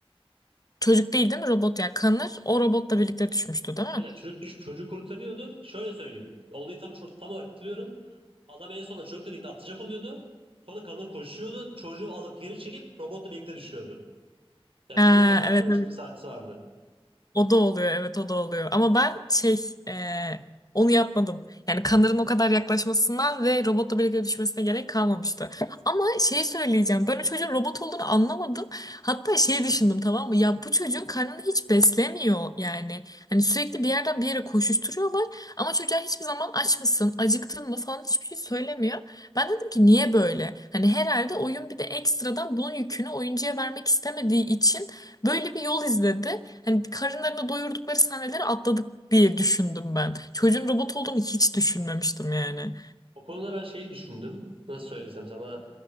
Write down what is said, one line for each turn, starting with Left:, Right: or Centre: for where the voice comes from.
Left: Çocuk değil değil mi? Robot ya. Kanır. O robotla birlikte düşmüştü değil
Right: Aynen
Left: mi?
Right: çocuk düşüp çocuğu kurtarıyordu. Şöyle söyleyeyim. Olayı tam, çok, tam olarak hatırlıyorum. Adam en sonunda çocukla birlikte atlayacak oluyordu. Sonra Connor koşuyordu. Çocuğu alıp geri çekip robotla birlikte düşüyordu. Ya
Left: Ha,
Right: kendi feda
Left: evet
Right: diyormuş
Left: evet.
Right: gibi sahnesi vardı.
Left: O da oluyor evet o da oluyor. Ama ben şey e, onu yapmadım. Yani kanırın o kadar yaklaşmasına ve robotla birlikte düşmesine gerek kalmamıştı. Ama şeyi söyleyeceğim. Ben o çocuğun robot olduğunu anlamadım. Hatta şey düşündüm tamam mı? Ya bu çocuğun karnını hiç beslemiyor yani. Hani sürekli bir yerden bir yere koşuşturuyorlar. Ama çocuğa hiçbir zaman aç mısın, acıktın mı falan hiçbir şey söylemiyor. Ben dedim ki niye böyle? Hani herhalde oyun bir de ekstradan bunun yükünü oyuncuya vermek istemediği için böyle bir yol izledi. Hani karınlarını doyurdukları sahneleri atladık diye düşündüm ben. Çocuğun robot olduğunu hiç düşünmemiştim yani.
Right: O konuda ben şeyi düşündüm. Nasıl söylesem sana.